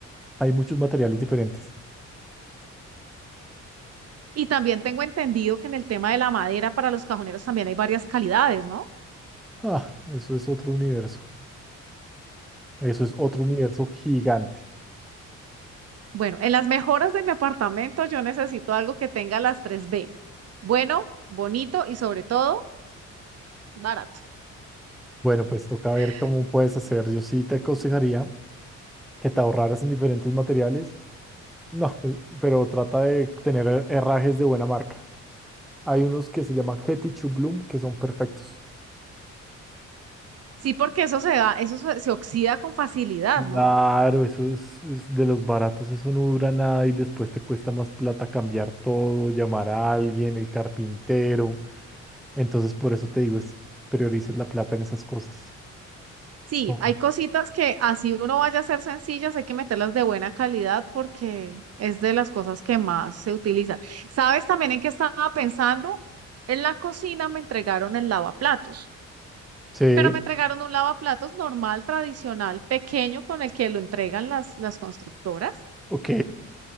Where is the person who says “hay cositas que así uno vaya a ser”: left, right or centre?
Right